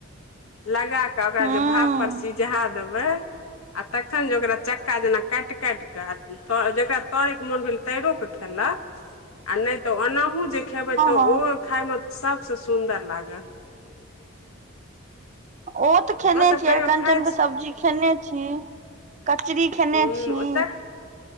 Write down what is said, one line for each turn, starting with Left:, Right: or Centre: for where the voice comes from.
Left: लगा कऽ ओकरा
Right: हँ
Left: जे भाप पर सिझा देबै आ तखन जे ओकरा चक्का जेना काटि काटि कऽ आ त जेकरा तरैके मोन भेल तैरो कऽ खेलक, आ नहि तऽ ओनाहु जे खेबै तऽ
Right: हँ
Left: ओ खाय मऽ सबसऽ सुंन्दर लागल।
Right: ओ तऽ खेने
Left: ओसभ
Right: छी,
Left: कहियो
Right: अरिकंचन
Left: खाइ
Right: के
Left: छी
Right: सब्जी खेने छी, कचरी खेने
Left: हूँ
Right: छी।
Left: ओ चक